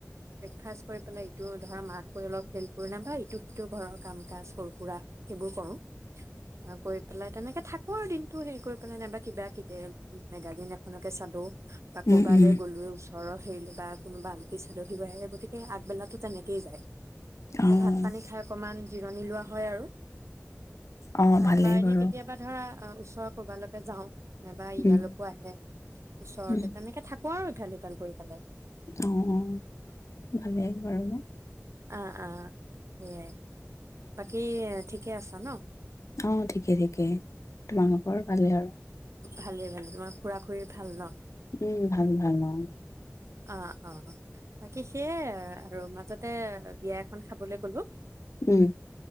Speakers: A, on the right; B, on the left.
A: ব্ৰেকফাষ্ট কৰি পেলাই ইটো ধৰা মাক গৈ অলপ হেল্প কৰি বা ইটো সিটো ঘৰৰ কাম কাজ সৰু সুৰা সেইবোৰ কৰোঁ। কৰি পেলাই তেনেকে থাকো আৰু দিনটো হেৰি কৰি পেলাই নাইবা কিবা কিবি মেগ মেগাজিন এখনকে চালোঁ। বা
B: উম,
A: কৰবালৈ
B: উম,
A: গ'লোঁয়ে ওচৰত। হেৰিবা কোনোবা আলহী চালহীও আহে গতিকে আগবেলাতো তেনেকেইে যায়।
B: অ',
A: ভাত পানী খাই অকমান জিৰণি লোৱা হয় আৰু।
B: অ',
A: তাৰ
B: ভালেই
A: পৰা এনে
B: বাৰু
A: কেতিয়াবা ধৰা অ' ওচৰৰ কৰবালৈকে যাওঁ। নাইবা ইয়ালকো
B: উম,
A: আহে ওচৰতে
B: উম,
A: তেনেকে থাক পোৱা আৰু ইফাল সিফাল কৰি ফালে।
B: অ অ অ ভালেই বাৰু ন।
A: অ'অ' সেয়াই। বাকী ঠিকে আছা ন।
B: অ' ঠিকে ঠিকে তোমালোকৰ ভালে আৰু।
A: ভালে ভালে তোমাৰ খুৰা খুৰীৰ ভাল ন।
B: উম ভাল ভাল অ
A: অ অ বাকী সেয়াই আৰু মাজতে বিয়া এখন খাবলৈ গলো
B: উম